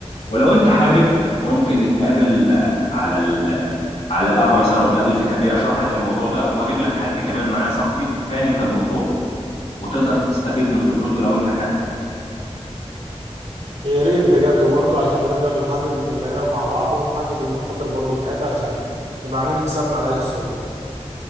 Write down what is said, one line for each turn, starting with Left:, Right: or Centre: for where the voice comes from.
Left: ولو انت حابب ممكن نتقابل آه، على ال آه، على القهوة مثلا ونتقابل في كافيه اشرح لك الموضوع ده واجيب لك حد كمان معايا صاحبي فاهم في الموضوع وتقدر تستفيد من خبرته لو انت حابب
Right: يا ريت بجد وبرضه عشان نقدر نحدد الميزانية مع بعض ونحدد المخاطر برضه بتاعتها عشان نبقى عاملين حسابنا على أي خسارة